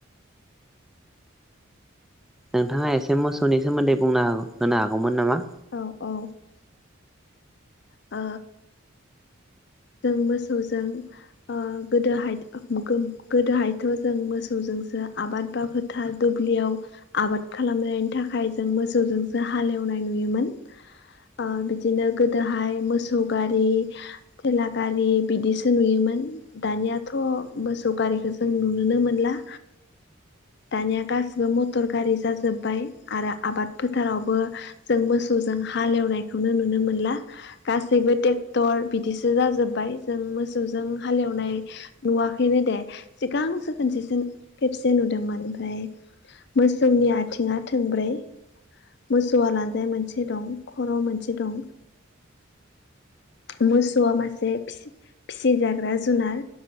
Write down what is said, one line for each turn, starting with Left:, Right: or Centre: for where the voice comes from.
Centre: नोंथाङा एसे मोसौनि सोमोन्दै बुंना होनो हागौमोन नामा?
Left: औ औ। ओ जों मोसौजों ओ गोदोहाय गोम गोदोहायथ' जों मोसौजोंसो आबाद बा फोथार दुब्लियाव आबाद खालामनायनि थाखाय जों मोसौजोंसो हालेवनाय नुयोमोन। ओ बिदिनो गोदोहाय मोसौ गारि थेला गारि बिदिसो नुयोमोन। दानियाथ' मोसौ गारिखौ जों नुनोनो मोनला। दानिया गासिबो मटर गारि जाजोब्बाय आरो आबाद फोथारावबो जों मोसौजों हालेवनायखौनो नुनो मोनला गासैबो ट्रेक्टर बिदिस सो जाजोबबाय जों मोसौजों हालेवनाय नुवाखैनो दे सिगांसो खोनसेसो खेबसे नुदोंमोन ओमफ्राय मोसौनि आथिङा थोंब्रै। मोसौआ लानजाय मोनसे दं, खर' मोनसे दं मोसौआ मासे फिसिजाग्रा जुनार।